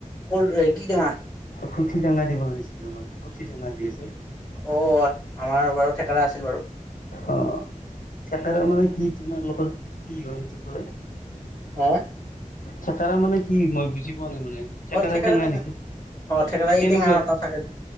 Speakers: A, on the left; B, on the left.
A: কৰ কি টেঙা
B: খুঠি টেঙা দ বনাইছিল ৰ খুঠি টেঙা দি আছে।
A: অ আমাৰ বাৰু ঠেকেৰা আছিল বাৰু
B: অ চাতাৰ মানে কি তোমালোকৰ কি হয় কৰে।
A: আহ
B: চেকাৰ মানে কি মই বুজি পোৱা নাই মানে চকতিঙা
A: অ থেকেৰা টেঙা
B: নেকি
A: অ থেকেৰা এই
B: কেনেকুৱা
A: টেঙা এটা থাকে যে